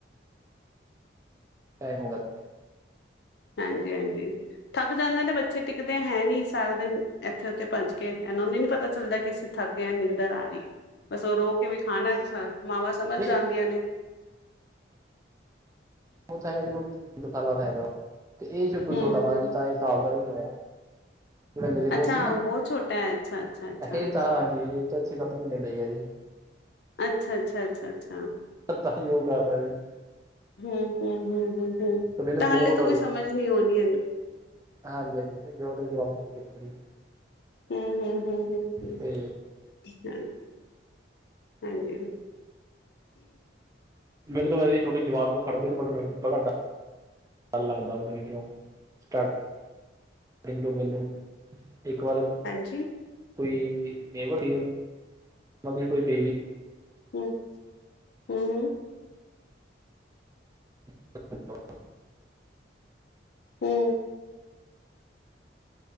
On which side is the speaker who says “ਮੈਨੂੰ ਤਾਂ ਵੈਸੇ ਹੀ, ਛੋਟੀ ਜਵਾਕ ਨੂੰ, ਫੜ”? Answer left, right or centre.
Right